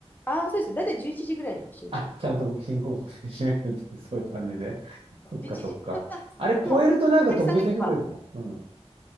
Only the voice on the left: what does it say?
ああ、そうですね。だいたい11時ぐらいには閉めちゃいます。
11時。
だ
でも、お客さんがいれば、